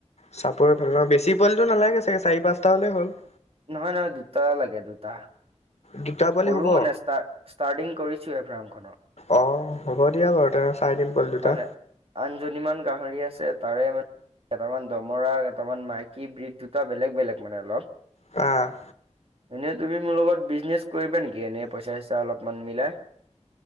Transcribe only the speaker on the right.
নহয় নহয়, দুটা লাগে দুটা।
সৰু
মানে ষ্টা-ষ্টাৰ্টিং কৰিছোঁয়ে ফাৰ্মখনৰ।
মানে আনজনী মান গাহৰি আছে তাৰে মান কেইটামান দমৰা, কেইটামান মাইকী, ব্ৰীজ দুটা বেলেগ বেলেগ মানে অলপ।
এনেই তুমি মোৰ লগত বিজনেছ কৰিবা নেকি, এনেই পইচা চইচা অলপমান মিলাই?